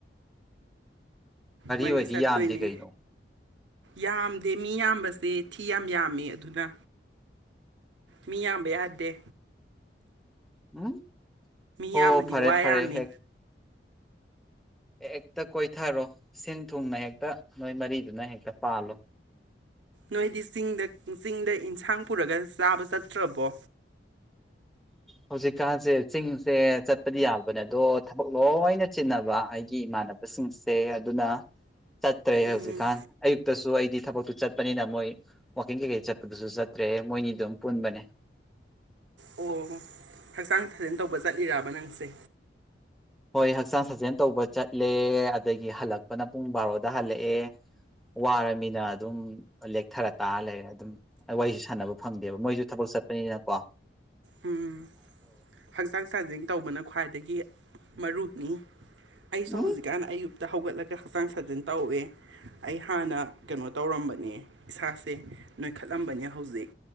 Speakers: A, on the right; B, in the centre.
A: ꯃꯔꯤ
B: ꯑꯣꯏꯗꯤ
A: ꯆꯠꯇꯣꯏꯅꯦ
B: ꯌꯥꯝꯗꯦ ꯀꯩꯅꯣ
A: ꯌꯥꯝꯗꯦ ꯃꯤ ꯌꯥꯝꯕꯁ ꯁꯦ ꯊꯤ ꯌꯥꯝ ꯌꯥꯝꯃꯦ ꯑꯗꯨꯅ ꯃꯤꯌꯥ ꯌꯥꯗ
B: ꯎꯝ
A: ꯌꯥꯝꯃꯗꯤ
B: ꯍ ꯐꯔꯦ
A: ꯋꯥ ꯌꯥꯝꯃꯤ
B: ꯐꯔꯦ ꯍꯦꯛ ꯍꯦꯛꯇ ꯀꯣꯏꯊꯔꯣ ꯁꯤꯟ ꯊꯨꯡꯅ ꯍꯦꯛꯇ ꯅꯣꯏ ꯃꯔꯤꯗꯨꯅ ꯍꯦꯛꯇ ꯄꯥꯜꯂꯣ
A: ꯅꯣꯏꯗꯤ ꯆꯤꯡꯗ ꯆꯤꯡꯗ ꯏꯟꯁꯥꯡ ꯄꯨꯔꯒ ꯆꯥꯕ ꯆꯠꯇ꯭ꯔꯕꯣ
B: ꯍꯧꯖꯤꯛꯀꯥꯟꯁꯦ ꯆꯤꯡꯁꯦ ꯆꯠꯄꯗꯤ ꯌꯥꯕꯅꯦ ꯑꯗꯣ ꯊꯕꯛ ꯂꯣꯏꯅ ꯆꯤꯟꯅꯕ ꯑꯩꯒꯤ ꯏꯃꯥ ꯥꯟꯅꯕꯁꯤꯡꯁꯦ ꯑꯗꯨꯅ ꯆꯠꯇ꯭ꯔꯦ ꯍꯧꯖꯤꯛꯀꯥꯟ
A: ꯎꯝ
B: ꯑꯌꯨꯛꯇꯁꯨ ꯑꯩꯗꯤ ꯊꯕꯛꯇꯨ ꯆꯠꯄꯅꯤꯅ ꯃꯣꯏ ꯋꯥꯋꯀꯤꯡ ꯀꯩꯀꯩ ꯆꯠꯄꯗꯨꯁꯨ ꯆꯠꯇ꯭ꯔꯦ ꯔꯦ ꯃꯣꯏꯅꯤ ꯑꯗꯨꯝ ꯄꯨꯟꯕꯅꯦ
A: ꯑꯣ ꯍꯛꯆꯥꯡ ꯊꯥꯖꯟ ꯇꯧꯕ ꯆꯠꯂꯤꯔꯕ ꯅꯪꯁꯦ
B: ꯍꯣꯏ ꯍꯛꯆꯥꯡ ꯁꯥꯖꯦꯜ ꯇꯧꯕ ꯆꯠꯂꯦ ꯑꯗꯒꯤ ꯍꯜꯂꯛꯄꯅ ꯄꯨꯡ ꯕꯥꯔꯣꯗ ꯍꯜꯂꯛꯑꯦ ꯋꯥꯔꯃꯤꯅ ꯑꯗꯨꯝ ꯂꯦꯛꯊꯔ ꯇꯥꯔ ꯂꯩꯔꯦ ꯑꯗꯨꯝ ꯋꯥꯔꯤꯁꯨ ꯁꯥꯟꯅꯕ ꯐꯪꯗꯦꯕ ꯃꯣꯏꯁꯨ ꯊꯕꯛ ꯅꯤꯅꯀꯣ
A: ꯎꯝ ꯍꯛꯆꯥꯡ ꯆꯥꯡꯖꯦꯟ ꯇꯧꯕꯅ ꯈ꯭ꯋꯥꯏꯗꯒꯤ ꯃꯔꯨꯅꯤ ꯑꯩꯁꯨ
B: ꯎꯝ
A: ꯍꯧꯖꯤꯛꯀꯥꯟ ꯑꯌꯨ ꯇ ꯍꯧꯒꯠꯂꯒ ꯍꯛꯆꯥꯡ ꯁꯥꯖꯟ ꯇꯧꯋꯦ ꯑꯩ ꯍꯥꯟꯅ ꯀꯩꯅꯣ ꯇꯧꯔꯝꯕꯅꯦ ꯏꯁꯥꯁꯦ ꯅꯣꯏꯈꯠꯂꯝꯕꯅꯦ ꯍꯧꯖꯤꯛ